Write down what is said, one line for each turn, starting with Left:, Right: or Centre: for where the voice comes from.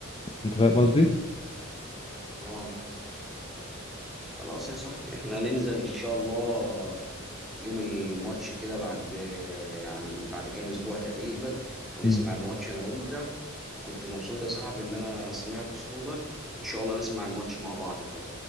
Left: انت فاهم قصدي؟
Centre: اه خلاص يا صاحبي احنا ننزل ان شاء الله يوم الماتش كده بعد يعني بعد كام اسبوع تقريبا ونسمع
Left: مم.
Centre: الماتش انا وانت وكنت مبسوط يا صاحبي ان انا سمعت صوتك ان شاء الله نسمع الماتش مع بعض بقى